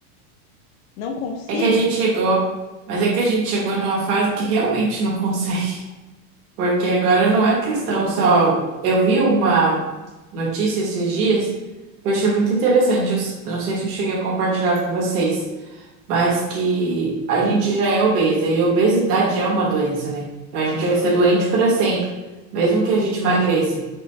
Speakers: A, on the left; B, on the right.
A: não consigo.
B: É que a gente
A: <laughs>
B: chegou, mas é que a gente chegou numa fase que realmente não <laughs> consegue. Porque agora não é questão só. Eu vi uma notícia esses dias que eu achei muito interessante. Eu s- não sei se eu cheguei a compartilhar com vocês, mas que a gente já é obesa e a obesidade é uma doença, né? Então a
A: Aham.
B: gente vai ser doente para sempre, mesmo que a gente emagreça.